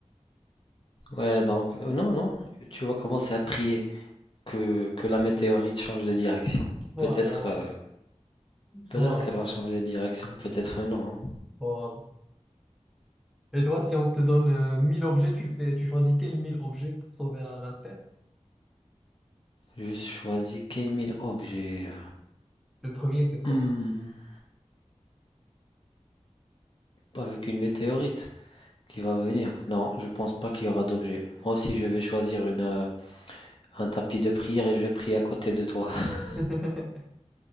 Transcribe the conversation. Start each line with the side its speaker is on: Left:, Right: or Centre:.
Left: ouais, donc, euh, non, non, tu vas commencer à prier. que, que la météorite change de direction.
Centre: Voilà,
Left: Peut-être
Centre: voilà,
Left: euh, peut-être
Centre: voilà,
Left: qu'elle
Centre: voilà.
Left: va changer de direction, peut-être non. hein.
Centre: voilà. Et toi, si on te donne euh, 1000 objets, tu fais, tu choisis quels 1000 objets pour sauver la la Terre?
Left: Je choisis quel mille objets.
Centre: Le premier, c'est quoi?
Left: Hmm, avec une météorite qui va venir. Non, je pense pas qu'il y aura d'objets. Moi aussi, je vais choisir une, euh, un tapis de prière et je vais prier à côté de toi. <laughs>
Centre: <laughs>